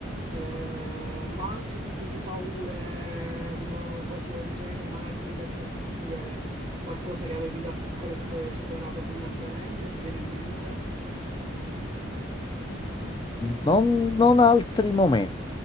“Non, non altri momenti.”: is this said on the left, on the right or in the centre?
Left